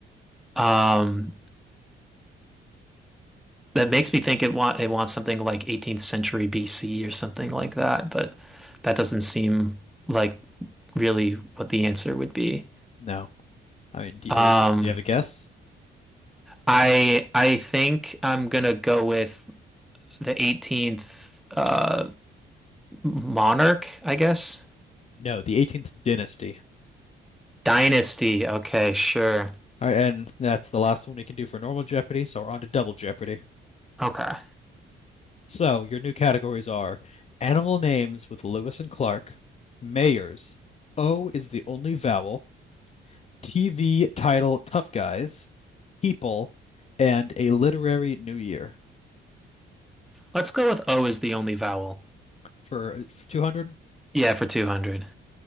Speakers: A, in the centre; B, on the left.
A: um that makes me think it want it wants something like 18th century BC or something like that, but that doesn't seem like really what the answer would be.
B: No. I mean, is,
A: Um
B: do you have a guess?
A: I I think I'm gonna go with the 18th uh monarch, I guess.
B: No, the 18th dynasty.
A: Dynasty. Okay, sure.
B: All right, and that's the last one we can do for normal Jeopardy, so we're on to double Jeopardy.
A: Okay.
B: So your new categories are animal names with Lewis and Clark, mayors, O is the only vowel, TV title Tough Guys, people, and a literary new year
A: Let's go with O is the only vowel.
B: for, uh, for 200. All
A: Yeah, for 200.